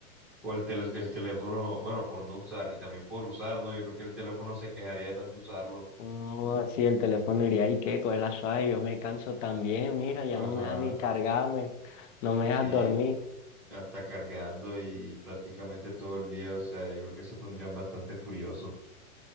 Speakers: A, in the centre; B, on the left.
A: o el, tel- el teléfono, bueno, por no usar y también por usar, ¿no? Yo creo que el teléfono se quejaría de tanto usarlo.
B: No, así el teléfono iría y qué, coge la suave, yo me canso también, mira, ya
A: Ajá.
B: no me deja ni cargarme, no me deja
A: Sí.
B: dormir.
A: hasta cargando y prácticamente todo el día, o sea, yo creo que se pondrían bastante furiosos.